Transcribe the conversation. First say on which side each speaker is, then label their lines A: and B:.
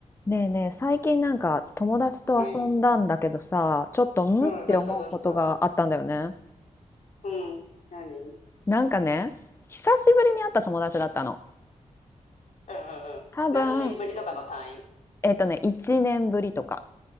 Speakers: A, on the left (about 20°); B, on the left (about 70°).
A: ねえねえ、最近なんか友達と遊んだんだけどさ、
B: うん。
A: ちょっとんって思うことがあったんだよね。
B: うん。どうしたどうしたうん。何うん
A: なんかね、久しぶりに会った友達だったの。
B: うんうん。
A: 多分、
B: 何年ぶりとかの単位
A: えっとね、1年ぶりとか